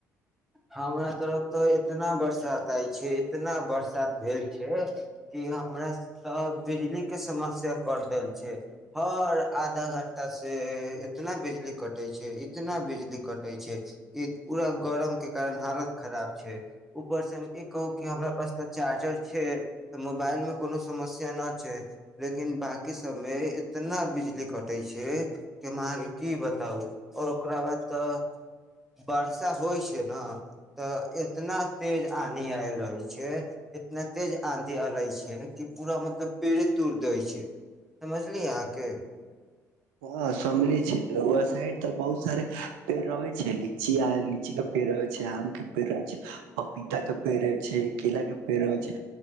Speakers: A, in the centre; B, on the right.
A: हमरा तरफ तऽ इतना बरसात आय छै। इतना बरसात भेल छै, कि हमरा सब बिजली के समस्या कट देल छै, हर आधा घं्टा से इतना बिजली कटे छै, इतना बिजली कटे छै। कि पूरा गरम कार हालत खराब छै। ऊपर से ई कहू कि हमरा पास त चार्जर छै। तऽ मोबाइल मे कोनो समस्या नहि छै। लेकिन बाकी सब मे इतना बिजली कटे छै। कि हम अहाँके की बताउ आओर ओकरा बाद तऽ बरसा होइ छै। तऽ इतना तेज आंधी आल रहै छै। इतना तेज आंधी आल छै। कि पूरा मतलब पेड़े तोड़ दै छै। समझलिय अहके
B: हँ समिल छै। ओह साइड तऽ बहुत सारे पेड़ रहै छै। लीी लीची के पेड़ रहै छै। आम के पेड़ रहै छै। पपीता के पेड़ छै। केला के पेड़ रहै छै।